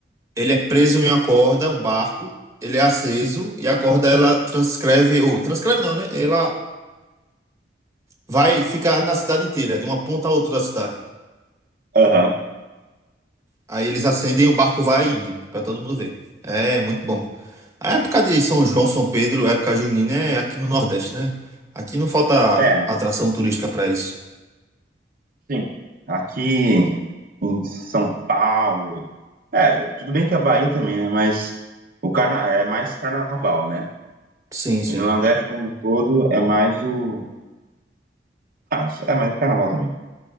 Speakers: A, on the right; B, on the right.
A: ele é preso em uma corda, um barco, ele é aceso e a corda ela transcreve, ou transcreve não, né? Ela vai ficar na cidade inteira, de uma ponta a outra da cidade.
B: Aham.
A: Aí eles acendem e o barco vai indo, pra todo mundo ver. É muito bom. A época de São João, São Pedro, a época junina é aqui no Nordeste, né? Aqui não falta
B: É,
A: atração turística pra isso.
B: sim. Aqui em São Paulo. É, tudo bem que a Bahia também, né? Mas o carna... é mais carnaval, né?
A: Sim, sim,
B: E no Nordeste como um todo é mais o. Ah, é mais o carnaval também.